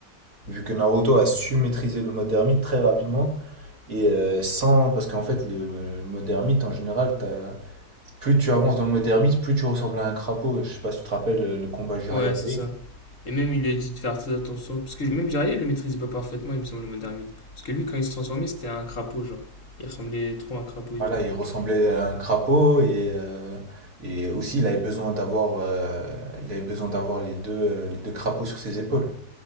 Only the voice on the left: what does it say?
Ouais,
c'est ça. Et même, il lui a dit de faire très attention. Parce que même Jiraiya il le maîtrisait pas parfaitement, il me semble, le mode ermite. Parce que lui, quand il se transformait, c'était un crapaud, genre. Il ressemblait trop à un crapaud et
tout.